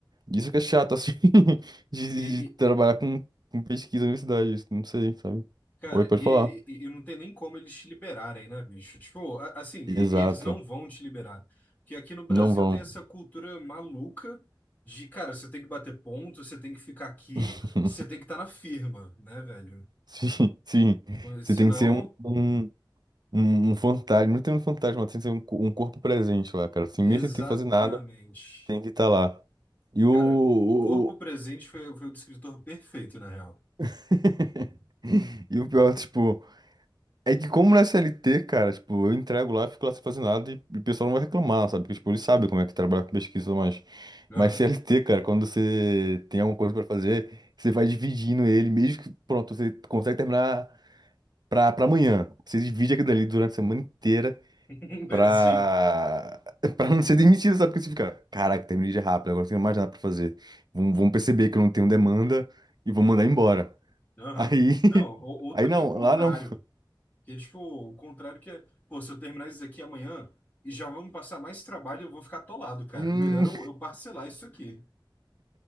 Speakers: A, on the right (about 55°); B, on the left (about 20°).
A: Isso que é chato, assim, <laughs> de,
B: E, e,
A: de trabalhar com, com pesquisa na universidade, isso, não sei, sabe?
B: cara,
A: Oi, pode
B: e,
A: falar.
B: e, e não tem nem como eles te liberarem, né, bicho? Tipo, a- assim, e-
A: Exato.
B: eles não vão te liberar. Porque aqui no Brasil
A: Não vão.
B: tem essa cultura maluca de, cara, você tem que bater ponto, você tem que ficar aqui,
A: <laughs>
B: você tem que estar na firma, né, velho?
A: Sim, sim. Você
B: Se
A: tem
B: não,
A: que ser um, um, um, um fantasma. Não tem um fantasma, tem que ser um, co- um corpo presente lá, cara. Assim,
B: exatamente.
A: mesmo sem ter que fazer nada, tem que estar lá. E o,
B: Cara,
A: o-
B: corpo presente
A: o-
B: foi, foi o descritor perfeito, na real.
A: <laughs> E o pior, tipo. É que como na CLT, cara, tipo, eu entrego lá, fico lá sem fazer nada e, e o pessoal não vai reclamar, sabe? Porque, tipo, eles sabem como é que trabalha com pesquisa, mas...
B: Aham.
A: Mas CLT, cara, quando você tem alguma coisa pra fazer, você vai dividindo ele, mesmo que, pronto, você consegue terminar pra, pra amanhã. Você divide aquilo dali durante a semana inteira
B: <laughs>
A: pra...
B: Sim.
A: <laughs> pra não ser demitido, sabe? Porque você fica, caraca, terminei já rápido, agora não tenho mais nada pra fazer. Vão, vão perceber que eu não tenho demanda e vão mandar embora.
B: Aham.
A: Aí... <laughs>
B: Não, ou, ou também
A: Aí não,
B: o contrário.
A: lá não.
B: Que é tipo, o contrário que é, pô, se eu terminar isso aqui amanhã e já vão me passar mais trabalho, eu vou ficar atolado, cara.
A: Hum,
B: Melhor eu, eu parcelar isso aqui.